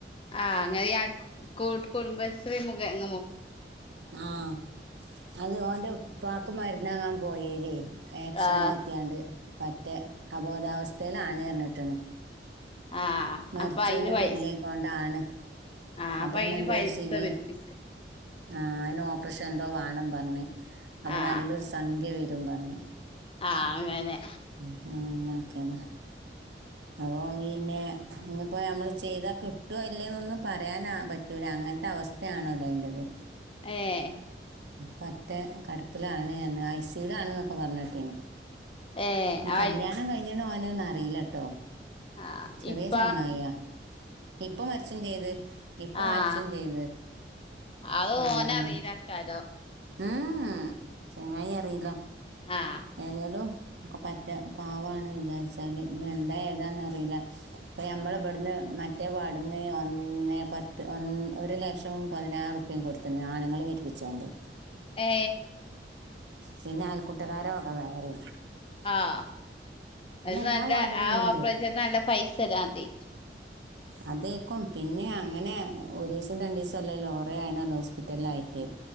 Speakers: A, on the left (about 30°); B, on the right (about 85°).
A: ആ അങ്ങനെ ഈ അയൽ കു കുടുംബശ്രീ മുഘേന
B: ആഹ് അത് ഓന്റെ ഉപ്പാക്ക് മരുന്നാങ്ങാൻ പോയേല് ആക്സിഡന്റ്
A: ആഹ്
B: പറ്റിയാണ്ട് പറ്റേ അബോധാവസ്ഥയിലാണ് പറഞ്ഞിട്ടണ്
A: ആഹ്
B: മരിച്ചേന്
A: അപ്പൊ അയിന് പൈസ
B: തുല്യായിക്കൊണ്ടാണ്
A: ആഹ്
B: അപ്പൊ അയിന് എന്തോ
A: പൈസ
B: ഒരു സികൾ
A: പിരിപ്പിച്ച്
B: ആ ആഹ് അയിന് ഓപ്പറേഷൻ എന്തോ വേണം പറഞ്ഞ് അപ്പൊ
A: ആഹ്
B: നല്ലൊരു സംഖ്യ വരും പറഞ്ഞ്
A: ആഹ് അങ്ങനെ
B: ആഹ് അങ്ങനാക്കിയതാ അപ്പൊ പിന്നെ ഇനിപ്പോ നമ്മള് ചെയ്താ കിട്ടോ ഇല്ലെന്ന് ഒന്നും പറയാനാ പറ്റ് പറ്റൂല അങ്ങനത്തെ അവസ്ഥയാണല്ലോ അതിന്റത്
A: അയേ
B: പറ്റേ കെടപ്പിലാണ് ഐ സി യു വിലാണ് ന്നൊക്കെ പറഞ് കേട്ടീനി
A: ഏഹ്
B: ഇനി
A: ആയി
B: കല്യാണം കഴിഞുന്ന് ഓന് ന്നറിലാട്ടോ
A: ആഹ്
B: ചെറിയ
A: ഇപ്പ
B: ചങ്ങായിയാ ഇപ്പ മരിച്ചും ചെയ്ത് ഇപ്പമരിച്ചും
A: ആഹ്
B: ചെയ്ത്
A: അത്
B: എന്തല്ലോ
A: ഓനറീലാക്കാരം
B: ഉം ചങ്ങായി അറീലാ
A: ആഹ്
B: ഏതായാലും ഒക്കെ പറ്റെ പാവാണ് വിചാരിച്ചാല് ഇനി എന്താ ഏതാന്ന് അറിയില്ല ഇപ്പ നമ്മളെ ഇവിടുന്ന് മറ്റേ വാർഡിന്ന് ഒന്നേ പത്ത് ഒരു ലക്ഷം പതിനാറ് റുപ്പേം കൊടുത്തിണ് ആണുങ്ങൾ പി രിപ്പിച്ചാണ്ട്
A: ഏ
B: പിന്നെ അയൽകൂട്ടക്കരെ വക വേറെം
A: ആഹ് അത്
B: എല്ലാ
A: നല്ല
B: വാർഡിലും
A: ആ
B: ഉണ്ട്
A: ഓപ്പറേഷത്തിന് നല്ല പൈസല്ലതി
B: അതേക്കും പിന്നെ അങ്ങനെ ഒരീസം രണ്ടീസം അല്ലല്ലോ കൊറേ ആയിണല്ലോ ഹോസ്പിറ്റലിലായിട്ട്